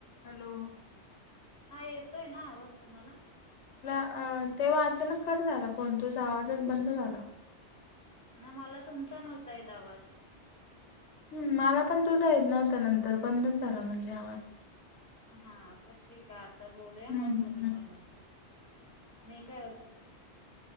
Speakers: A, on the left; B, on the left.
A: Hello
B: हा येतोय ना आवाज तुम्हाला?
A: अं तेव्हा अचानक कट झाला, पण तुजा आवाज बंद झाला.
B: ना मला तुमचा नव्हता येत आवाज
A: हम्म मला पण तुझा येत नव्हता नंतर बंध झाला म्हणजे आवाज.
B: हा प ठीक आहे आता बोलूया
A: हम्म
B: मग
A: हम्म.
B: तू मी कर नंतर. मी काय होच